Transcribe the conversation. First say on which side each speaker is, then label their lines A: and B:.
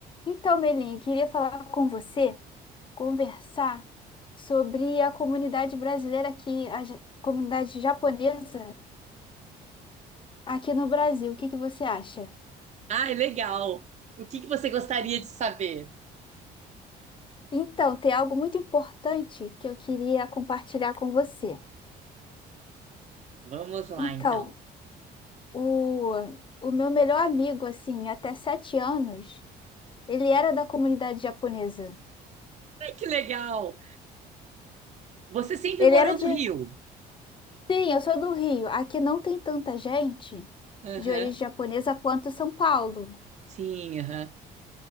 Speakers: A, on the left; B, on the right.
A: Então, Melinha, queria falar com você, conversar sobre a comunidade brasileira aqui, a ja- comunidade japonesa aqui no Brasil. O que que você acha?
B: Ai, legal. O que que você gostaria de saber?
A: Então, tem algo muito importante que eu queria compartilhar com você.
B: Vamos lá,
A: Então,
B: então.
A: o, o meu melhor amigo, assim, até sete anos, ele era da comunidade japonesa.
B: Ai, que legal. Você sempre
A: Ele
B: morou
A: era de.
B: no Rio?
A: Sim, eu sou do Rio. Aqui não tem tanta gente
B: Aham.
A: de origem japonesa quanto São Paulo.
B: Sim, aham.